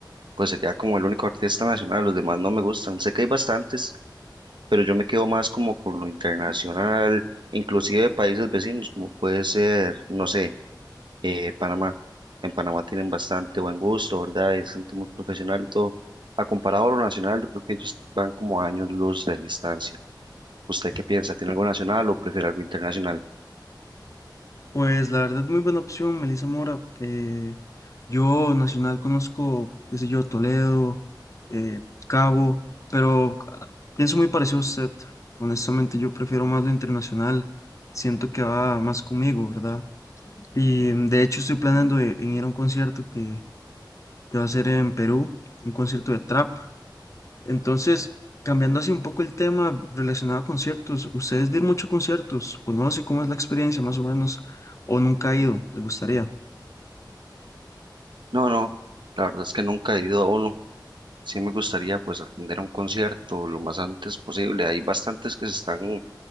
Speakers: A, on the right (about 75°); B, on the left (about 40°).
A: pues sería como el único artista nacional, los demás no me gustan. Sé que hay bastantes, pero yo me quedo más como con lo internacional, inclusive de países vecinos, como puede ser, no sé, eh, Panamá. En Panamá tienen bastante buen gusto, ¿verdad? Es gente muy profesional y todo. A comparado a lo nacional, yo creo que ellos van como a años luz de distancia. ¿Usted qué piensa? ¿Tiene algo nacional o prefiere algo internacional?
B: Pues la verdad, muy buena opción, Melissa Mora. Eh, yo nacional conozco, qué sé yo, Toledo, eh, Cabo, pero ah, pienso muy parecido a usted. Honestamente, yo prefiero más lo internacional. Siento que va más conmigo, ¿verdad? Y mm, de hecho estoy planeando e- en ir a un concierto que, que va a ser en Perú, un concierto de trap. Entonces, cambiando así un poco el tema relacionado a conciertos, ¿ustedes de ir mucho a conciertos? ¿Conoce cómo es la experiencia más o menos? ¿O nunca ha ido? ¿Le gustaría?
A: No, no, la verdad es que nunca he ido a uno. Sí, me gustaría pues atender a un concierto lo más antes posible. Hay bastantes que se están